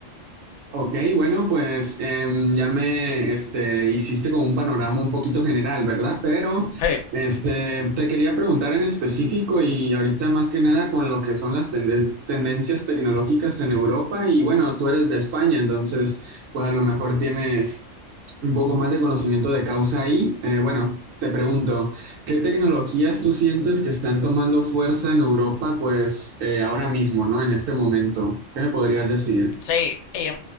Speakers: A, on the right (about 85°); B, on the left (about 70°).
A: Ok, bueno, pues em, ya me este, hiciste con un panorama un poquito general, ¿verdad? Pero
B: Hey.
A: este, te quería preguntar en específico y ahorita más que nada con lo que son las tenden- tendencias tecnológicas en Europa y bueno, tú eres de España, entonces pues a lo mejor tienes un poco más de conocimiento de causa ahí. Eh, bueno, te pregunto, ¿qué tecnologías tú sientes que están tomando fuerza en Europa pues eh, ahora mismo, ¿no? En este momento, ¿qué me podrías decir?
B: Sí, eh,